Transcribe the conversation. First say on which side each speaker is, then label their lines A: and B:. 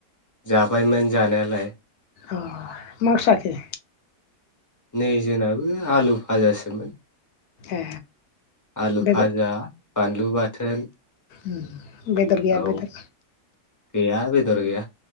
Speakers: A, on the left; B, on the left.
A: जाबायमोन जानायालाय।
B: अ मा ओंख्रि जाखो?
A: नै जोनाबो आलु भाजासोमोन।
B: ए।
A: आलु
B: बेदर
A: भाजा बानलु बाथोन
B: उम। बेदर गैया
A: औ
B: बेदर
A: गैया बेदर गैया।